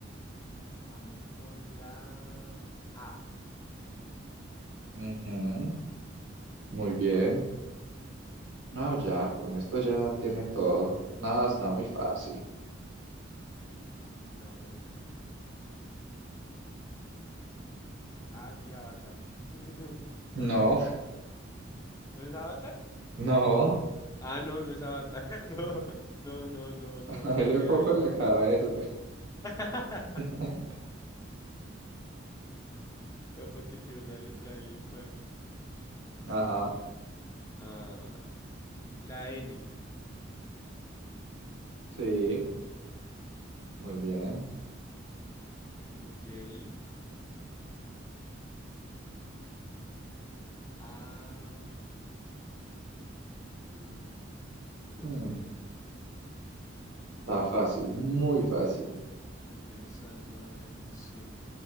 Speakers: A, on the left; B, on the right.
A: Vamos con la A.
B: Ujú, Muy bien. No, ya, con esto ya tiene todo. Nada, está muy fácil.
A: A ver. Ah, sí, Avatar. <laughs>
B: No,
A: ¿No es Avatar?
B: no.
A: Ah, no, no es Avatar. <laughs> No, no, no, no, no,
B: <laughs> Ahí
A: no
B: le
A: queda
B: pongo
A: bien,
B: la
A: no
B: cabeza.
A: queda bien. <laughs>
B: <laughs>
A: No, porque tiene una letra ahí más.
B: Ajá,
A: Ah, la N.
B: sí, muy bien.
A: Ok. Eh, ah, mm, no lo
B: Mm,
A: sé.
B: Está fácil, muy fácil.
A: Estoy pensando, a ver, no sé.